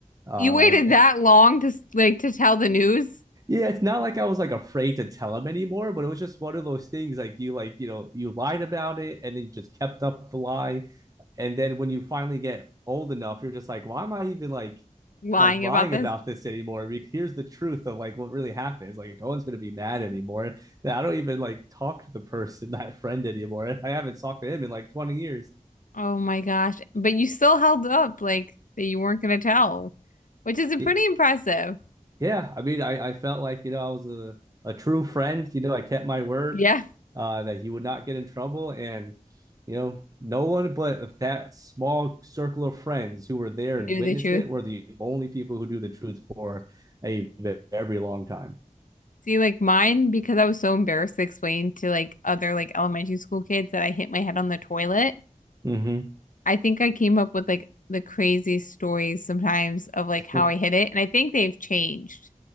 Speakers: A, on the right (about 25°); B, on the left (about 85°).
A: Uh,
B: You waited
A: like
B: that long to like to tell the news
A: <laughs> yeah, it's not like I was like afraid to tell them anymore, but it was just one of those things like you like you know you lied about it and then you just kept up the lie, and then when you finally get old enough, you're just like, why am I even like
B: lying
A: like lying
B: about this?
A: about this anymore. Because here's the truth of like what really happens. Like no one's gonna be mad anymore. I don't even like talk to the person, <laughs> that friend anymore. I haven't talked to him in like 20 years.
B: Oh my gosh. But you still held up like that you weren't gonna tell, which is
A: It,
B: pretty impressive.
A: yeah, I mean, I, I felt like, you know, I was a, a true friend. You know, I kept my word
B: Yeah,
A: uh, that he would not get in trouble. And, you know, no one but that small circle of friends who were there
B: knew
A: and witnessed
B: the truth.
A: it were the only people who knew the truth for a very long time.
B: See, like mine, because I was so embarrassed to explain to like other like elementary school kids that I hit my head on the toilet,
A: Mm-hmm.
B: I think I came up with like the craziest stories sometimes of like
A: <laughs>
B: how I hit it. And I think they've changed